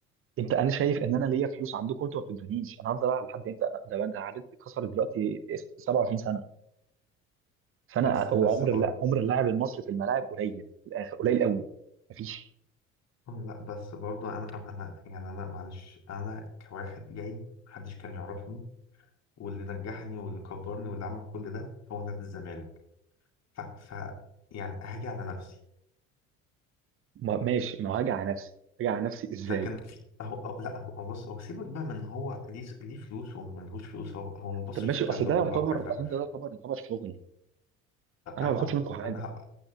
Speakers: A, on the right; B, on the left.
A: انت انا شايف ان انا ليا فلوس عندكم انتوا ما بتدونيش انا هفضل العب لحد امتى ده ده عدد كسر دلوقتي 27 سنه فانا
B: بس
A: هو
B: بس
A: عمر
B: برضه
A: اللا- عمر اللاعب المصري في الملاعب قليل في الاخر قليل قوي مفيش
B: لا بس برضو انا انا أنا- يعني انا معلش انا كواحد جاي محدش كان يعرفني واللي نجحني واللي كبرني واللي عمل كل ده هو نادي الزمالك ف, ف يعني هاجي على نفسي
A: ما ماشي ما هاجي على نفسي هاجي على نفسي ازاي
B: لكن اهو أهو لا هو بص هو سيبك بقى من إن هو ليه ليه فلوس وملهوش فلوس هو هو ما بصش
A: طب ماشي
B: الكلام
A: اصل
B: ده
A: ده
B: كله
A: يعتبر
B: على فكره
A: اصل ده يعتبر يعتبر شغل
B: انا
A: انا ما باخدش منكم حاجه
B: انا ه-